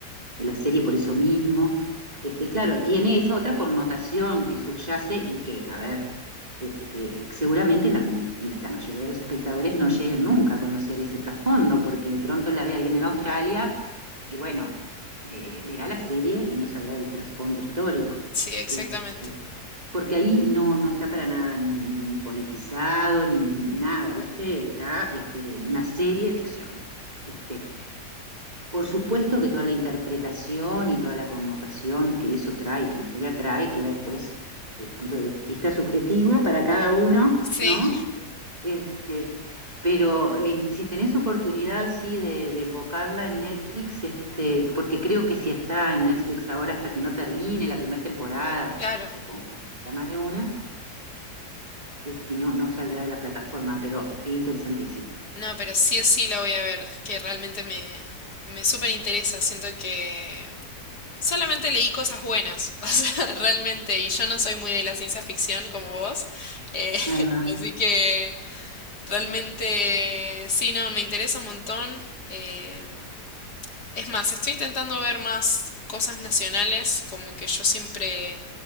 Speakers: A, on the right (about 25°); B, on the left (about 70°).
A: de la serie por eso mismo. Este, claro, tiene esa otra connotación que subyace y que, a ver, este, seguramente la, mi- la- la mayoría de los espectadores no llegan nunca a conocer ese trasfondo, porque de pronto la ve alguien en Australia y bueno eh, verá la serie y no sabrá el trasfondo histórico.
B: Sí, exactamente.
A: Este, porque ahí no, no está para nada ni, ni, ni politizado, ni, ni, nada, ¿viste? Está este, una serie de ficción. Este, por supuesto que toda la interpretación y toda la connotación que eso trae, que la historia trae, queda después, desde el punto de vista subjetivo, para cada uno,
B: Sí,
A: ¿no? Este, pero eh, si tenés oportunidad, sí, de, de invocarla en Netflix, este, porque creo que si está en Netflix ahora hasta que no termine la primera temporada,
B: claro.
A: porque supongo que habrá más de una, este, no, no saldrá de la plataforma, pero interesantísimo.
B: No, pero sí o sí la voy a ver, que realmente me, me súper interesa. Siento que solamente leí cosas buenas, <laughs> o sea, realmente, y yo no soy muy de la ciencia ficción como vos, eh, <laughs>
A: Ahí va.
B: así que realmente sí, no, me interesa un montón. eh, Es más, estoy intentando ver más cosas nacionales, como que yo siempre